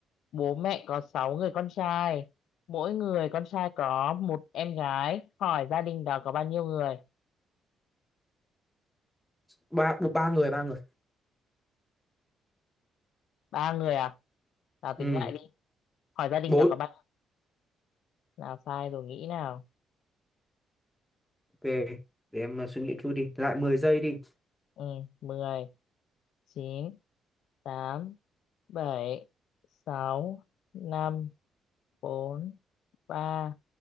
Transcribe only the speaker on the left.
bố mẹ có 6 người con trai mỗi người con trai có một em gái hỏi gia đình đó có bao nhiêu người
ba người à nào
tính lại đi hỏi gia đình
đó có bao nhiêu nào sai rồi nghĩ nào
ừ mười chín tám bảy sáu năm bốn ba